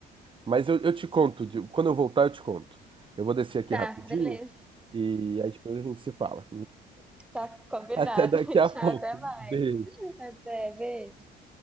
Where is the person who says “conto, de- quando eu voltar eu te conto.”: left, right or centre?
Right